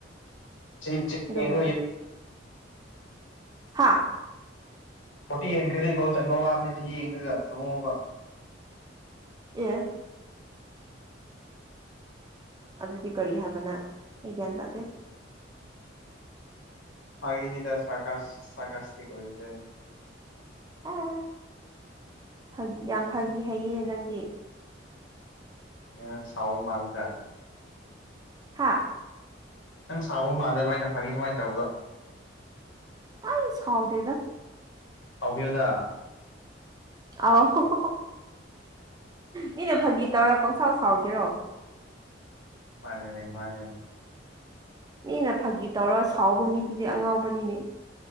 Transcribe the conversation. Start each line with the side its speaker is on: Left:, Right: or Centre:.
Left: ꯆꯍꯤ ꯆꯍꯤ
Right: ꯑꯗꯨ
Left: ꯌꯦꯡꯔ
Right: ꯍꯥꯥ
Left: ꯐꯣꯔꯇꯤ ꯍꯦꯟꯈ꯭ꯔꯗꯤ ꯒꯣꯜ ꯆꯟꯕ ꯋꯥꯕꯅꯦ ꯆꯍꯤ ꯌꯦꯡꯉꯒ ꯂꯨꯍꯣꯡꯉꯣꯕ
Right: ꯑꯦ ꯑꯗꯨꯗꯤ ꯀꯔꯤ ꯍꯥꯏꯕ ꯅꯪ ꯑꯩ ꯒ꯭ꯌꯥꯟ ꯇꯥꯗꯦ
Left: ꯐꯒꯤꯅꯤꯗ ꯁꯥꯔꯀꯥꯁ ꯁꯥꯔꯀꯥꯁꯇꯤꯛ ꯑꯣꯏꯕ꯭ꯔꯅꯦ
Right: ꯑꯥ ꯐꯥꯒꯤ ꯌꯥꯝ ꯐꯥꯒꯤ ꯍꯩꯌꯦꯅꯦ ꯅꯪꯗꯤ
Left: ꯑꯥ ꯁꯥꯎꯕ ꯃꯥꯜꯂꯦꯗ
Right: ꯍꯥꯥ
Left: ꯅꯪ ꯁꯥꯎꯕ ꯃꯥꯜꯂꯦꯕ ꯑꯩꯅ ꯐꯥꯒꯤ ꯑꯗꯨꯃꯥꯏꯅ ꯇꯧꯕꯗꯣ
Right: ꯑꯩ ꯁꯥꯎꯗꯦꯗ
Left: ꯁꯥꯎꯕꯤꯌꯣꯗ
Right: ꯑꯥꯎ ꯍꯍ ꯃꯤꯅ ꯐꯥꯒꯤ ꯇꯧꯔ ꯄꯪꯁꯥꯎ ꯁꯥꯎꯒꯦꯔꯣ
Left: ꯃꯥꯅꯤꯅꯦ ꯃꯥꯅꯤꯅꯦ
Right: ꯃꯤꯅ ꯐꯥꯒꯤ ꯇꯧꯔ ꯁꯥꯎꯕ ꯃꯤꯗꯨꯗꯤ ꯑꯉꯥꯎꯕꯅꯤꯅꯦ